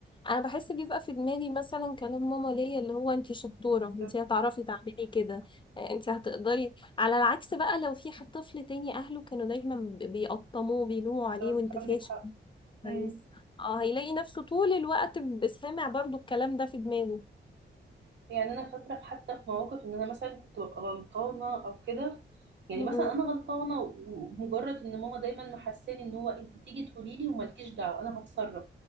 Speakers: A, on the left (about 25°); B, on the right (about 70°).
A: انا بحس بيبقى في دماغي مثلا كلام ماما ليا اللي هو انتي شطورة
B: بالظبط
A: انتي هتعرفي تعملي كده انتي هتقدري على العكس بقى لو في حد طفل تاني اهله كانوا دايما بيقطموه بيلوموا
B: بالظبط.
A: عليه وانت
B: عندك
A: فاشل
B: حق مم.
A: كويس اه هيلاقي نفسه طول الوقت سامع برضو الكلام ده في دماغه
B: يعني انا فاكره في حتى في مواقف ان انا مثلا كنت ببقى غلطانه او كده يعني
A: م-م.
B: مثلا انا غلطانه ومجرد ان ماما دايما محساني ان هو انت تيجي تقولي لي ومالكيش دعوه انا هتصرف